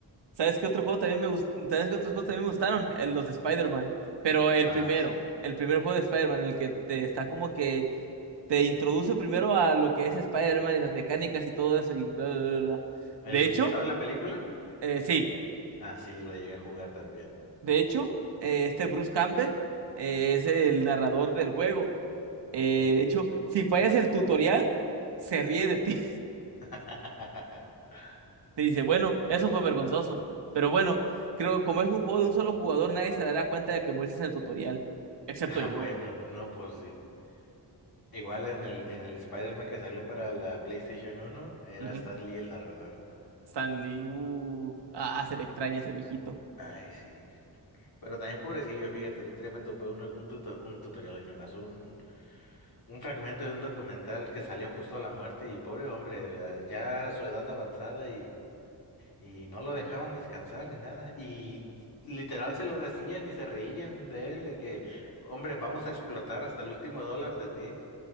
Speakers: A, on the right (about 80°); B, on the left (about 60°).
A: ¿Sabes qué otro juego también me gust- ¿Sabes qué otros juegos también me gustaron? Eh, Los de Spider-Man. Pero el
B: Ah,
A: primero,
B: sí.
A: el primer juego de Spider-Man, en el que te está como que te introduce primero a lo que es Spider-Man y las mecánicas y todo eso y bla, bla, bla, bla.
B: ¿El
A: De
B: inspirado
A: hecho,
B: en la película?
A: eh, sí,
B: Ah, sí, lo llegué a jugar también.
A: de hecho, eh, este Bruce Campbell eh, es el narrador del juego.
B: Ok.
A: Eh, de hecho, si fallas el tutorial, se ríe de ti.
B: <laughs>
A: te dice, bueno, eso fue vergonzoso. Pero bueno, creo como es un juego de un solo jugador, nadie se dará cuenta de que muestras el tutorial, excepto
B: Ah,
A: yo.
B: bueno, no, pues sí. Igual en el, en el Spider-Man que salió para la PlayStation uno era
A: Ujú.
B: Stan Lee el narrador.
A: Stanley, uh, ah, se le extraña ese viejito.
B: Ay, sí. Pero también pobrecillo, fíjate, el otro día me topé un, un, tuto- un tutorial y nomás, un, un fragmento de un documental que salió justo a la muerte y pobre hombre, ya ya su edad avanzada Y no lo dejaban descansar ni nada. Y literal se lo decían y se reían de él, de que, hombre, vamos a explotar hasta el último dólar de ti.